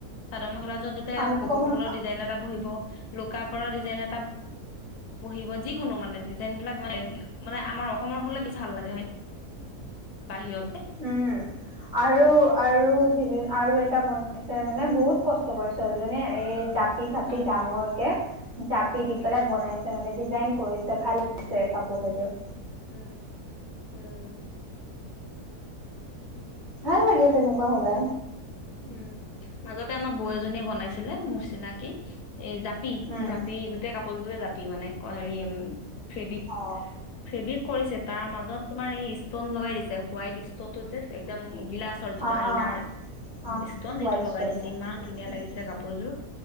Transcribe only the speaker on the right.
আনকমন
উম। আৰু আৰু সেইদ আৰু এটা বনাইছে মানে বহুত কষ্ট কৰি ছোৱালীজনীয়ে এই জাপি চাপি
ডাঙৰকে চাপি দি
পেলাই বনাইছে মানে, ডিজাইন কৰিছে ভাল লাগিছে
কাপোৰ কেইযোৰ। <inaudible>
ভাল লাগে তেনেকুৱা হলে।
উম
অ
অ
অ অ
হোৱাইট
ষ্টন
উম